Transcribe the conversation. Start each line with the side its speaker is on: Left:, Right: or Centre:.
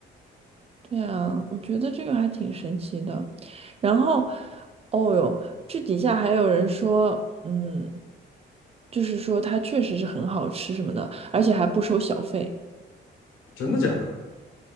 Right: 对啊，我觉得这个还挺神奇的。然后，哦哟，这底下还有人说，嗯，就是说它确实是很好吃什么的，而且还不收小费。
Left: 真的假的？